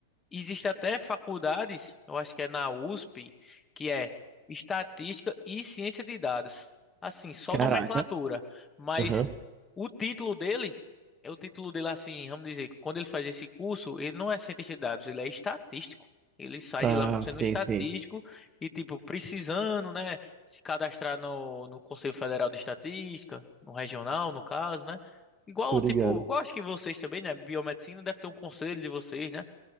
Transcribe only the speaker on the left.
Existe até faculdades, eu acho que é na USP, que é Estatística e Ciência de Dados. Assim, só
nomenclatura, mas
o título dele é o título dele assim, vamos dizer, quando ele faz esse curso, ele não é cientista de dados, ele é estatístico. Ele sai
de lá sendo
um estatístico
e tipo precisando, né, se cadastrar no, no Conselho Federal de Estatística, no regional, no caso, né? Igual
tipo, igual acho que vocês também, né, biomedicina deve ter um conselho de vocês, né?